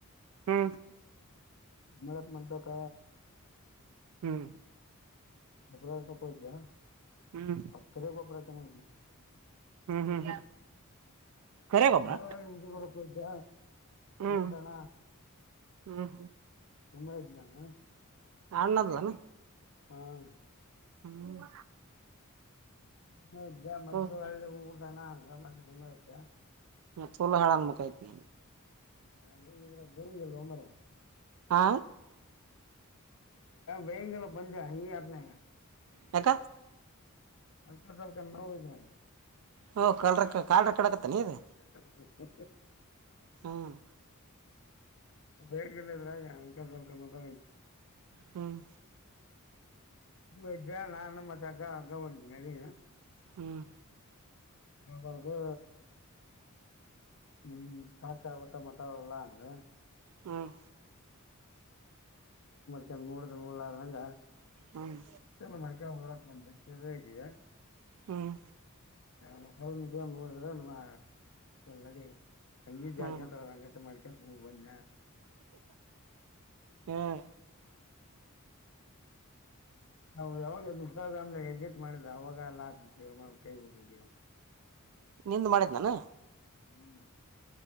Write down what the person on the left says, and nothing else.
ಮಲತ್ ಮತ ಕ
ಗೊಬ್ಬಡ ಕೊ ಬ
ಪತ್ಕೆ ಗೊಬ್ಬರ ಕೆಮ್ಮ
ಗೊಬ್ಬ ಹ ಬರಕ್ಕ ಇದ್ದ
ಊಟಣ
ತುಂಗಾಿದ್ದಾನ
ಹಂ
ಸುೆ ಇದ್ದ ಮತ್ತ
ಅಳ್ಳೆ ಹಊಟಾನಂಗ ಮತ್ತೆ ಸುಮೆ ಇದ್ದೆ
ನ ಇದರ ಬರುಂಗಲ್ಲೋ ಮರ
ಬೇಿಂಗಲ್ಲ ಬಂಜ ಹನ
ಅಲ್ಕ ತಲ್ಕ ನ ಹಿದ್ರೆ
ಹ
ಹೇಗಲ್ಲಿದ್ರಗ ಅನ್ಕ ಸ್ವಲ್ಕ ಮಂಗ
ಹ ಇದಾ ನಾನು ಮತ್ತೆ ಅಕ್ಕಾ ಅಕ್ಕಾ ಒಂದಿದ್ದನ ನೀ
ಅಬಡದು ನಿ್ ಕಾಕ ಬಟ ಮಾತಾಡಲ್ಲಾ ಅಂದ್ರ
ಚ ಮೂಡ ನಂಗ
ಚಲ ಮರಕ ಹರಕ್ ಬಂತೇಳ ಹೇಗಿಯ
ಹ ಮಸಾಲ ನೋಡಿದ್ರಮ್ಮಾ ನಡಿ ಹಂಗ
ಜಾಸ್ತಿ ಅಂತ ಅಂಗ ಮಾಡ ಚಗಬಲ್ಲ
ನವು ಯಾವಾಗ ಇನ್ಸ್ಟಾಗ್ರಾಮ್ ಎಕ್ಸಿಟ್ ಮಾಡಿದ್ರ ಅವಾಗ ಎಲ್ಲ ಆಗ್ಬ ಕೈಬಡಿ
ಹ್ಮ